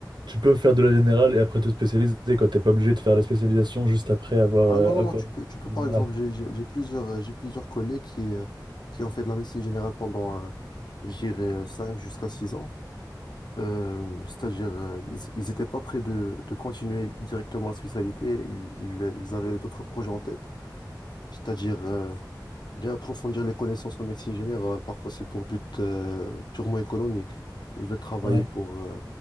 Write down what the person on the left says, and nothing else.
Ah
non, non,
non, tu peux, tu peux
par exemple, j'ai j'ai- j'ai plusieurs, euh, j'ai plusieurs collègues qui, euh, qui ont fait de la médecine générale pendant, euh, je dirais, 5 jusqu'à 6 ans. Euh, c'est-à-dire, euh, ils, ils étaient pas prêts de, de continuer directement la spécialité, ils, ils, ils avaient d'autres projets en tête, c'est-à-dire euh, bien approfondir les connaissances en médecine générale, parfois c'est pour but euh, purement économique, ils veulent travailler
pour euh,